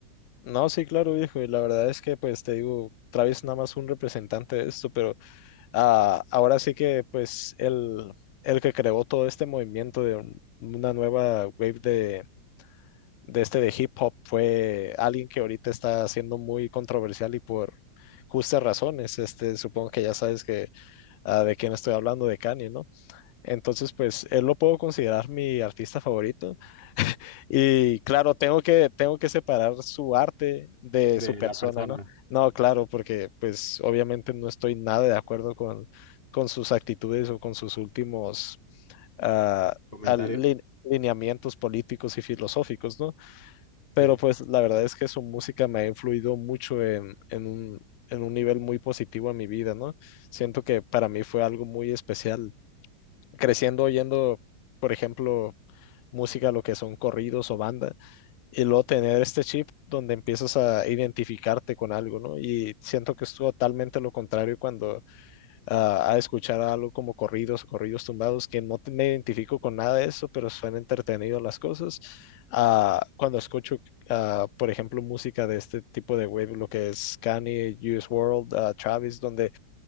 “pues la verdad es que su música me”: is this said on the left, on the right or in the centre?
Left